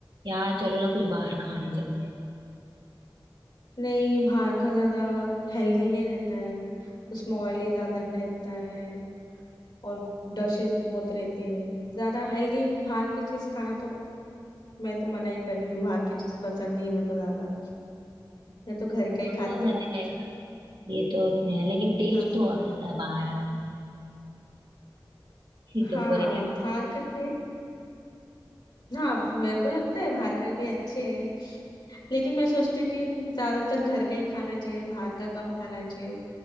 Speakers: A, on the right (about 70°); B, on the left (about 70°).
A: यार चलो ना कुछ बाहर खाने चलते हैं
B: नहीं बाहर का ज्यादा हेल्दी नहीं रहता है उसमें ऑयली ज्यादा रहता है और डशेस भी बहुत रहते हैं ज्यादा हेल्दी बाहर की चीज खाना तो मैं तो मना ही करती हूँ बाहर की चीज पसंद नहीं है मेरे को ज्यादा मैं तो घर
A: वो
B: का ही खाती
A: तो है
B: हूँ
A: यार ये तो है लेकिन टेस्ट
B: हाँ
A: तो और रहता है बाहर वाले में <laughs> तुमको
B: हाँ
A: नहीं लगता
B: बाहर का टेस्ट हाँ मेरे को लगता है बाहर का भी अच्छे है लेकिन मैं सोचती हूँ कि ज्यादातर घर का ही खाना चाहिए बाहर का कम खाना चाहिए